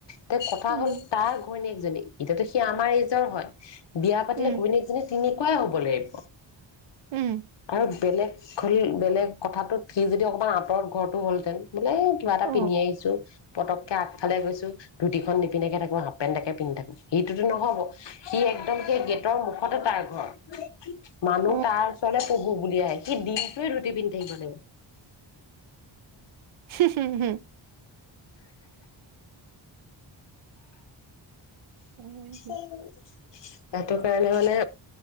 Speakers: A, on the left; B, on the right.
A: তে কথা
B: উম
A: হ'ল তাৰ ঘৈণীয়েক এতিয়াতো সি আমাৰ এইজৰ হয় পাতিলে
B: উম
A: ঘৈনীকজনী তেনেকুৱাই হ'ব লাগিব
B: উম
A: আৰু বেলেগ <unintelligible> বেলেগ কথাাতটোত সি যদি অকণমান আঁতৰত ঘৰৰতটো হলহেতেন। বোলে কিবা এটা
B: অ
A: পিন্ধি আহিছো পতককে আগফালে গৈছো, ধুতিখন নিপিধাকে থাকো হাফ পেন্ট এটাকে পিন্ধি থাকো, সেইটোতো নহব। সি একদম সেই গ তৰ মুখতে তাৰ ঘৰ। মানুহ
B: অ
A: তাৰ ওচৰলৈ পঢ়ো বুলিয়ে আহে, সি দি তই ধুটি পিন্ধি থাকিব
B: হুহ হু হুম উম
A: উ <unintelligible> সেইটো কাৰণে মানে